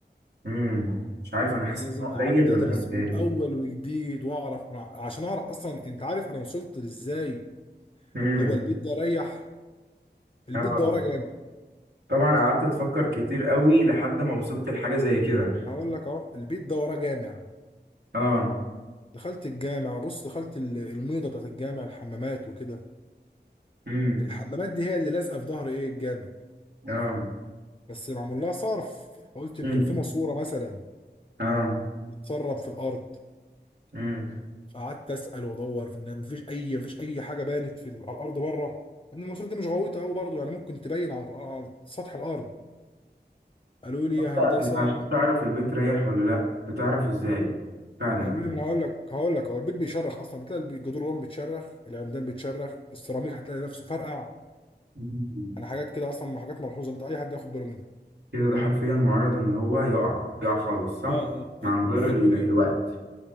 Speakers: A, on the right; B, on the left.
A: امم مش عارف انا حاسس
B: انا لازم
A: ان هو قليل
B: قعدت
A: ولا
B: ادرس
A: انا بتهيألي
B: من اول وجديد واعرف مع... عشان اعرف اصلا انت عارف انا وصلت لازاي
A: امم
B: هو البيت ده ريح البيت
A: اه
B: ده وراه جامع
A: طبعا قعدت افكر كتير قوي لحد ما وصلت لحاجه زي كده
B: اقول لك اهو البيت ده وراه جامع
A: اه
B: دخلت الجامع بص دخلت ال- الميضه بتاعت الجامع الحمامات وكده
A: امم
B: الحمامات دي هي اللي لازقه في ظهر ايه الجامع
A: اه
B: بس معمول لها صرف قلت يمكن
A: امم
B: في ماسوره مثلا
A: اه
B: تسرب في الارض
A: امم
B: فقعدت اسال وادور في ان مفيش اي مفيش اي حاجه بانت في ال- على الارض بره ان الماسوره دي مش غويطه قوي برضه يعني ممكن تبين على على سطح الارض قالوا لي
A: انت
B: يا
A: انت
B: هندسه
A: عشان تعرف البيت رايح ولا لا بتعرف ازاي
B: قالوا لي
A: فعلا
B: قالوا لي ما هقول لك هقول لك هو البيت بيشرخ اصلا بتلاقي الجدران جوه بتشرخ العمدان بتشرخ السيراميك هتلاقي نفسه فرقع
A: مم.
B: انا حاجات كده اصلا حاجات ملحوظه انت اي حد ياخد باله منها
A: كده ده حرفيا معرض ان هو يقع يقع خالص صح
B: اه
A: مع
B: اه
A: مدار
B: قالوا
A: ال...
B: لي
A: الوقت